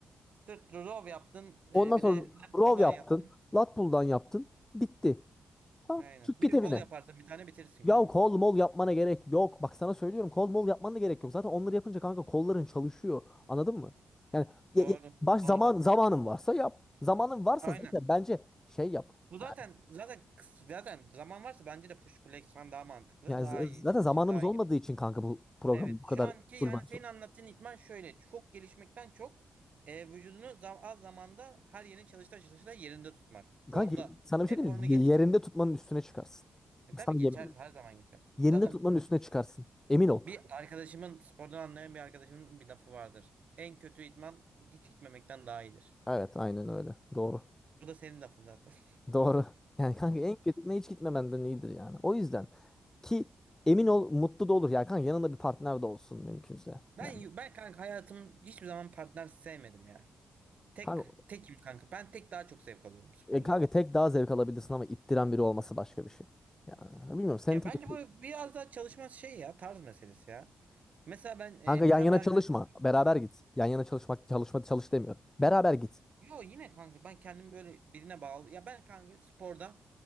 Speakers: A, on the right (about 60°); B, on the left (about 20°).
A: Sırt row yaptın. e,
B: Ondan
A: bir
B: sonra
A: de lat
B: row
A: pull
B: yaptın.
A: yaptın.
B: Lat pull'dan yaptın. Bitti. Tamam.
A: Aynen.
B: Çık git
A: Bir de
B: evine.
A: kol yaparsın bir tane bitirirsin
B: Ya
A: gününü.
B: kol mol yapmana gerek yok. Bak sana söylüyorum kol mol yapmana da gerek yok. Zaten onları yapınca kanka kolların çalışıyor. Anladın mı? Yani ya-
A: Doğru.
B: ya- baş zaman
A: Doğru.
B: zamanın varsa yap. Zamanın varsa
A: Aynen.
B: zaten bence şey yap.
A: Bu zaten
B: Yani,
A: zaten kıs- zaten zaman varsa bence de push pull legs falan daha mantıklı.
B: yani
A: Daha
B: z-
A: iyi
B: zaten
A: çalışır.
B: zamanımız
A: Daha
B: olmadığı
A: iyi
B: için kanka bu program
A: Evet,
B: bu
A: şu
B: kadar
A: anki
B: full
A: yani
B: bench
A: senin
B: olur.
A: anlattığın idman şöyle çok gelişmekten çok e, vücudunu zam az zamanda her yerini çalışta çalışta yerinde tutmak. Formda.
B: Kanka sana bir
A: Hep
B: şey diyeyim
A: formunu
B: mi?
A: geliştir.
B: Ye- Yerinde tutmanın üstüne çıkarsın.
A: E, tabii
B: Sana
A: geçer
B: yemin. ederim.
A: her zaman geçer.
B: Yerinde
A: Zaten
B: tutmanın üstüne çıkarsın. Emin ol.
A: bir arkadaşımın spordan anlayan bir arkadaşımın bir lafı vardır. En kötü idman hiç gitmemekten daha iyidir.
B: Evet aynen öyle. Doğru.
A: Bu da senin lafın zaten. <laughs>
B: Doğru. <laughs> Yani kanka en kötü hiç gitmemenden iyidir yani. O yüzden ki emin ol mutlu da olur. Yani kanka yanında bir partner de olsun mümkünse.
A: Ben
B: Yani
A: ben kanka hayatım hiçbir zaman partner sevmedim ya. Tek
B: kanka,
A: tekim kanka. Ben tek daha çok zevk alıyorum sporda.
B: e, kanka tek daha zevk alabilirsin ama ittiren biri olması başka bir şey. Yani bilmiyorum sen
A: Ya
B: tabii.
A: bence bu biraz daha çalışma şey ya tarz meselesi ya. Mesela ben e,
B: Kanka yan
A: bir tane
B: yana
A: daha arkadaşım.
B: çalışma. Beraber git. Yan yana çalışmak çalışma çalış demiyor. Beraber git.
A: Yo yine kanka ben kendimi böyle birine bağlı. Ya ben kanka sporda